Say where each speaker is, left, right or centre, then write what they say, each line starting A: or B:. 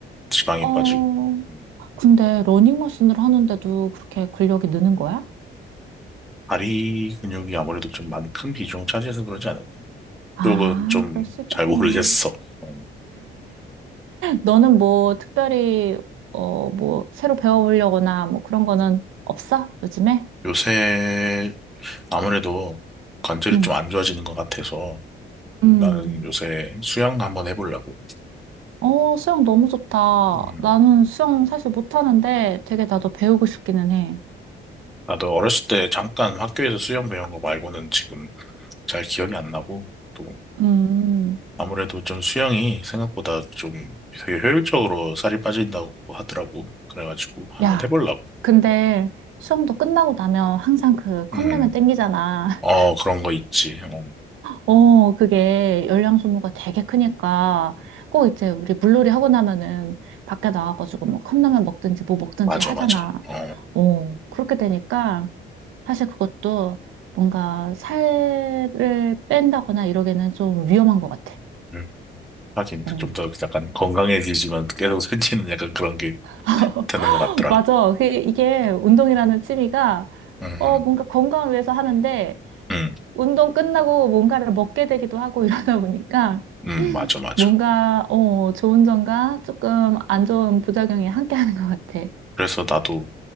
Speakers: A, in the centre; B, on the right (about 85°).
A: 지방이
B: 어,
A: 빠지고. 음.
B: 근데 러닝머신을 하는데도 그렇게 근력이 느는 거야?
A: 다리 근육이 아무래도 좀 많이 큰 비중을 차지해서 그러지 않을까.
B: 아,
A: 쪽은 좀
B: 그럴 수 있겠구나.
A: 잘 모르겠어. 음.
B: 너는 뭐 특별히, 어, 뭐 새로 배워보려거나 뭐 그런 거는 없어? 요즘에?
A: 요새 아무래도 관절이
B: 응.
A: 좀 안 좋아지는 것 같아서
B: 음.
A: 나는 요새 수영 한번 해보려고.
B: 어, 수영 너무 좋다.
A: 음.
B: 나는 수영 사실 못하는데 되게 나도 배우고 싶기는 해.
A: 나도 어렸을 때 잠깐 학교에서 수영 배운 거 말고는 지금 잘 기억이 안 나고. 또
B: 음.
A: 아무래도 좀 수영이 생각보다 좀 되게 효율적으로 살이 빠진다고 하더라고. 그래가지고 한번
B: 야,
A: 해보려고.
B: 근데 수영도 끝나고 나면 항상 그 컵라면
A: 음,
B: 땡기잖아.
A: 어, 그런 거 있지. 어,
B: 어, 그게 열량 소모가 되게 크니까 꼭 이제 우리 물놀이 하고 나면은 밖에 나와가지고 뭐 컵라면 먹든지 뭐 먹든지
A: 맞아,
B: 하잖아.
A: 맞아. 어,
B: 어, 그렇게 되니까 사실 그것도 뭔가 살을 뺀다거나 이러기는 좀 위험한 것 같아.
A: 음. 하긴
B: 어.
A: 좀 더 약간 건강해지지만 계속 살찌는 약간 그런 게
B: <laughs>
A: 되는 것 같더라.
B: 맞아. 그- 이게 운동이라는 취미가
A: 음,
B: 어, 뭔가 건강을 위해서 하는데
A: 음,
B: 운동 끝나고 뭔가를 먹게 되기도 하고 <laughs> 이러다 보니까
A: 음, 맞아, 맞아.
B: 뭔가, 어, 좋은 점과 조금 안 좋은 부작용이 함께 하는 것 같아.
A: 그래서 나도